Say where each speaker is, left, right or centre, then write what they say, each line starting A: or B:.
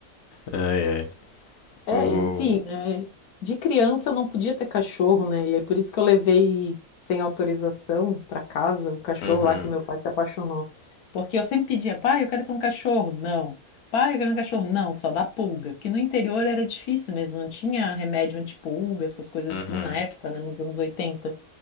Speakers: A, on the left (about 55°); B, on the left (about 85°).
A: Ai, ai.
B: É,
A: O...
B: enfim, né? De criança eu não podia ter cachorro, né? E é por isso que eu levei sem autorização para casa o cachorro
A: Uhum.
B: lá que o meu pai se apaixonou. Porque eu sempre pedia, pai, eu quero ter um cachorro. Não. Pai, eu quero um cachorro. Não, só dá pulga. Porque no interior era difícil mesmo, não tinha remédio antipulga, essas coisas
A: Uhum.
B: assim na época, né? Nos anos 80.